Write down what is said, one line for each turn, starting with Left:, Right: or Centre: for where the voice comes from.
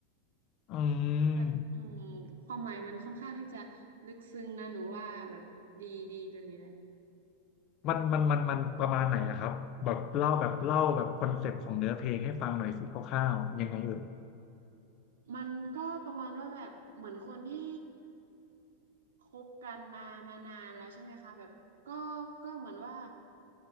Left: อืม
Right: แบบอืมความหมายมันค่อนข้างที่จะลึกซึ้งนะหนูว่าแบบดีดีเลยแหละ
Left: มันมันมันมันประมาณไหนอะครับแบบเล่าแบบเล่าแบบคอนเซปต์ของเนื้อเพลงให้ฟังหน่อยสิคร่าวๆยังไงเอ่ย
Right: มันก็ประมาณว่าแบบเหมือนคนที่คบกันมามานานแล้วใช่ไหมคะแบบก็ก็เหมือนว่า